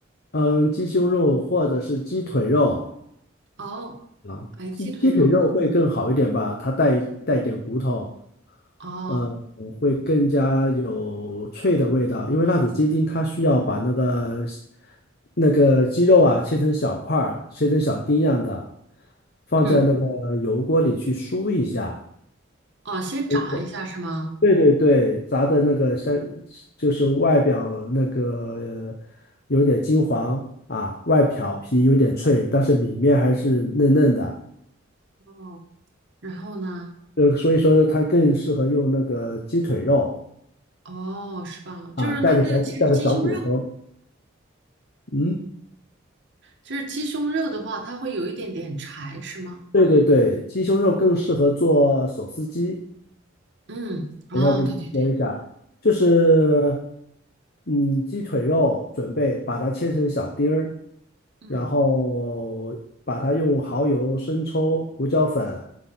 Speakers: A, on the left; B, on the right.
A: 嗯，鸡胸肉或者是鸡腿肉，
B: 哦，
A: 啊，
B: 哎，鸡腿肉可以，
A: 鸡鸡腿肉会更好一点吧，它带带点骨头，
B: 哦，
A: 呃，会更加有脆的味道。因为辣子鸡丁它需要把那个那个鸡肉啊切成小块儿，切成小丁样的，放在那个油锅里去酥一下。
B: 嗯，哦，先炸一下是吗？
A: 呃对对对，炸的那个像就是外表那个有点金黄啊，外表皮有点脆，但是里面还是嫩嫩的。
B: 哦，然后呢？
A: 呃，所以说呢，它更适合用那个鸡腿肉
B: 哦，是吧？
A: 啊，
B: 就是那个，
A: 带着小带着小骨头。
B: 其实鸡胸肉，
A: 嗯，
B: 就是鸡胸肉的话，它会有一点点柴，是吗？
A: 对对对，鸡胸肉更适合做手撕鸡。
B: 嗯，哦，
A: 等一下我给你说一下，
B: 对对对。
A: 就是嗯，鸡腿肉准备把它切成小丁儿，
B: 嗯。
A: 然后把它用蚝油、生抽、胡椒粉、